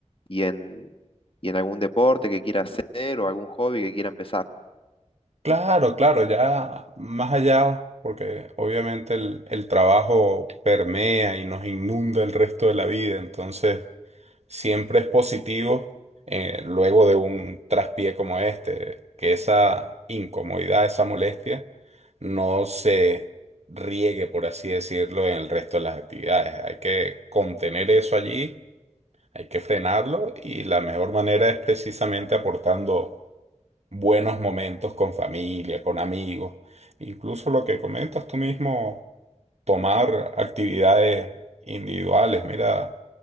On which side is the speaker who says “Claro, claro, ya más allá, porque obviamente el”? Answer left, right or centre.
Right